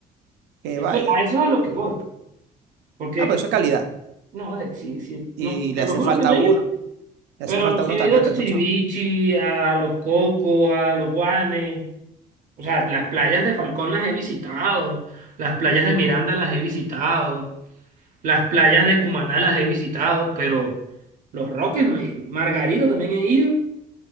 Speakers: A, on the right (about 80°); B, on the right (about 50°).
A: Que
B: Eso,
A: vaya.
B: a eso es a lo que voy. Porque,
A: Ah, pero eso es calidad.
B: no, Alex, sí, sí,
A: Y
B: no, te
A: le hace
B: lo juro
A: falta
B: que no
A: a
B: he
A: uno.
B: ido,
A: Le
B: pero
A: hace falta
B: sí
A: a uno
B: he
A: también,
B: ido a Chichirivichi,
A: tanto chao.
B: a Los Cocos, a Los Guanes. O sea, las playas de Falcón las he visitado, las playas de Miranda las he visitado, las playas de Cumaná las he visitado, pero Los Roques no he ido. Margarita también he ido